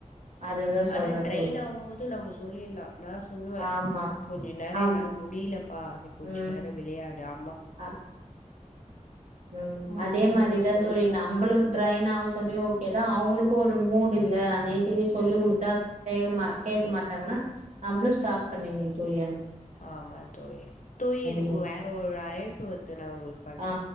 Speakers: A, on the right; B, on the left.
A: அதுதா
B: ஆனா
A: சொல்றே
B: ட்ரைன்
A: தோழி
B: ஆகும் போது நம்ம சொல்லிடலா நா சொல்லுவே
A: ஆமா
B: கொஞ்ச நேரம்
A: ஆம்
B: என்னால முடியலப்பா நீ கொஞ்ச
A: ம்
B: நேர விளையாடு அ
A: அ ம்
B: அப்டின்னு
A: அதே மாரிதா
B: நம்ம சொல்லலாம்.
A: தோழி நம்பளு ட்ரைன் ஆவு சொல்லி ஓகேதா அவுங்களுக்கு ஒரு மூடு இல்ல நேத்தைக்கு சொல்லி குடுத்தா வேகமா கேட்க மாட்டாங்கன்னா நம்மளும் ஸ்டாப் பண்ணிங்கனு தோழி அ
B: ஆமா தோழி தோழி எனக்கு
A: ம்
B: வேற ஒரு அழைப்பு வருது நா உங்களுக்
A: ஆ